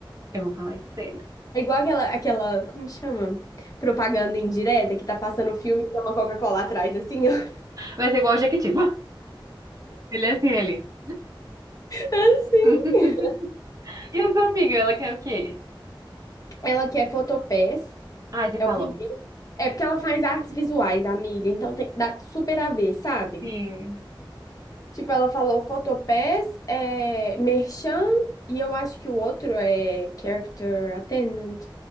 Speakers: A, on the right; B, on the left.
A: Eu vou falar isso pra ele.
B: É igual aquela, aquela, como chama? Propaganda indireta que tá passando o filme e tem uma Coca-Cola atrás, assim, ó. <laughs>
A: Vai ser igual o Jequitiba. <laughs> Ele é assim, ele.
B: Assim.
A: <laughs> E a sua amiga, ela quer o quê?
B: Ela quer Photopass.
A: Ai, você
B: É
A: falou.
B: o primeiro. É porque ela faz artes visuais, amiga, então tem, dá super a ver, sabe?
A: Sim.
B: Tipo, ela falou Photopass, é, Merchan, e eu acho que o outro é Character Attendant.